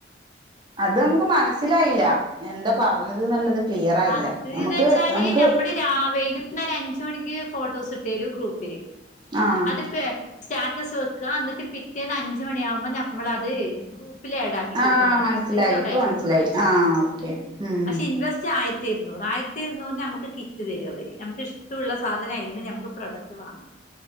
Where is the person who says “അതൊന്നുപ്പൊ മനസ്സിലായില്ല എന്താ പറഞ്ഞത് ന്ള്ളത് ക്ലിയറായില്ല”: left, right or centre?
Right